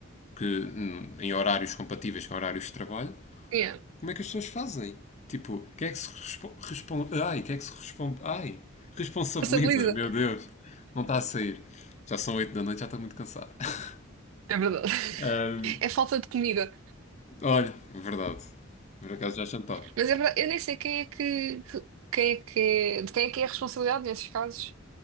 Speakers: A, on the left (about 35°); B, on the right (about 80°).
A: que hum, em horários compatíveis com horários de trabalho.
B: Yeah.
A: Como é que as pessoas fazem? Tipo, quem é que se respo- responde? Ai, quem é que se responde? Ai, responsabiliza,
B: Passabiliza.
A: meu Deus. Não está a sair. Já são 8 da noite, já estou muito cansado. <laughs>
B: É verdade. <laughs>
A: Ahm,
B: É falta de comida.
A: olha, é verdade. Por acaso já jantava.
B: Mas é verdade, eu nem sei quem é que, que- quem é que, é- de quem é que é a responsabilidade nesses casos.